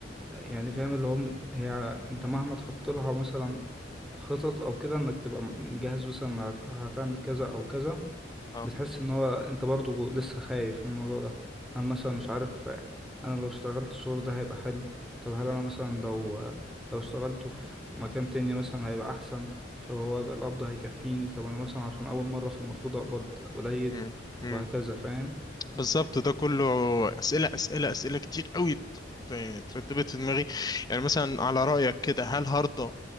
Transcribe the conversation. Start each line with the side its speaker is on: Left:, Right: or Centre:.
Centre: يعني فاهم اللي هو م- هي أنت مهما تحط لها مثلا خطط أو كده إنك تبقى مجهز مثلا هت- هتعمل كذا أو كذا
Left: اه
Centre: بتحس ان هو انت برضو لسه خايف من الموضوع ده انا مثلا مش عارف آه، انا لو اشتغلت الشغل ده هيبقى حلو طب هل انا
Left: مم.
Centre: مثلا لو آه، لو اشتغلته في مكان تاني مثلا هيبقى احسن طب هو القبض هيكفيني طب انا مثلا عشان اول مرة فالمفروض اقبض قليل
Left: مم. مم.
Centre: وهكذا فاهم
Left: بالظبط ده كله أسئلة أسئلة أسئلة كتير قوي ت- يعني ترتبت في دماغي يعني مثلا على رأيك كده هل هرضى